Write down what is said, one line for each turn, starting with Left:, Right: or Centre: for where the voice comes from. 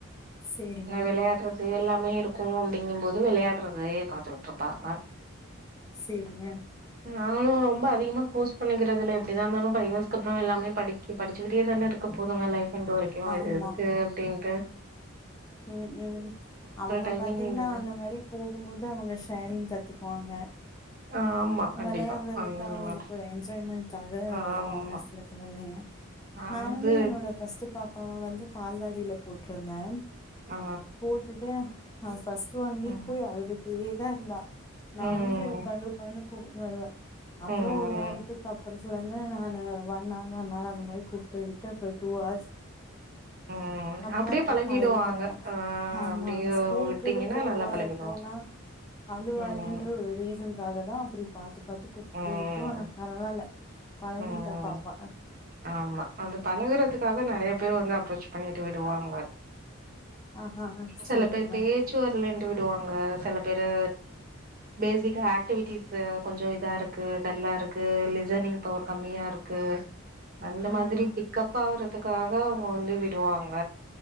Left: சேரிங்க
Right: வெளையாட்றது து எல்லாமே இருக்கு அப்டிங்கும்போது வெளையாட்றதே பாத்துட்ருப்பாங்க
Left: செரிங்க
Right: நாங்களு ரொம்ப அதிகமா ஃபோர்ஸ் பண்ணிக்கறதுல்ல எப்டிதா இருந்தாலு ஃபைவ் இயர்ஸ்க்கு அப்பறோ எல்லாமே படி படிச்சுக்கிட்டே தானே இருக்க போதுங்க லைஃப் என்ட் வரைக்கு
Left: ஆமா
Right: இது எதுக்கு அப்டின்ட்டு
Left: ம் ம் அவங்க
Right: டைமிங்
Left: பாத்தீங்னா
Right: இதுதா
Left: அந்த மாரி போகும்போது அவுங்க ஷேரிங் கத்துக்குவாங்க
Right: ஆமா கண்டிப்பா
Left: வெளையாடுறதுக்கு
Right: அந்த
Left: அவுங்களுக்கு ஒரு என்ஜாய்மெண்ட்காக
Right: ஆமா
Left: வருவாங்க சில குழந்தைய நானுமே
Right: அது
Left: என்னோட ஃபஸ்ட் பாப்பாவ வந்து பால்வாடில போட்ருந்தே
Right: ஆ
Left: போட்டுட்டு அவ ஃபர்ஸ்ட் ஒன் வீக்
Right: ம்
Left: போய் அழுதுட்டே தா இருந்தா நானூ
Right: ம்
Left: போயி உக்காந்து உக்காந்து கூட்னு வருவே அப்பறோ
Right: ம்
Left: ஒரு வாரத்துக்கு அப் அப்பற சில இருந்து நானூ ஒன் ஹார் ஒன் ஹவர் அந்த மாரி கூப்ட்டு விட்டு அப்புற டூ ஹார்ஸ்
Right: ம்
Left: அப்றோ
Right: அப்படியே
Left: அப்டியே
Right: பழகிடுவாங்க
Left: பழகிட் டாங்க
Right: ஆ
Left: ஆமா
Right: அப்படியே
Left: அவுங்க ஸ்கூலுக்கு
Right: விட்டீங்கன்னா
Left: போவ
Right: நல்லா பழகிடுவாங்க
Left: போனா அழுவாலேன்ற
Right: ம்
Left: ஒரு ரீசன் காக தா அப்டி பாத்து பாத்து கூப்ட்
Right: ம்
Left: போய் விட்டோ ஆனா பரவால்ல பழகிட்டா
Right: ம்
Left: பாப்பா
Right: ஆமா அந்த பழகுறதுக்காக நெறைய பேர் வந்து அப்ரோச் பண்ணிட்டு விடுவாங்க
Left: ஆஹா சேரிங்க
Right: செல பேர் பேச்சுவர்லனு விடுவாங்க செல பேரு பேசிகா ஆக் டிவிட்டி கொஞ்சோ இதார்க்கு டல்லாருக் கு லிசனிங் பவர் கம்மியா இருக்கு அந்த
Left: ஆஹா
Right: மாதிரி பிக் க்கப் ஆவுறதுக்காக அவுங்க வந்து விடுவாங்க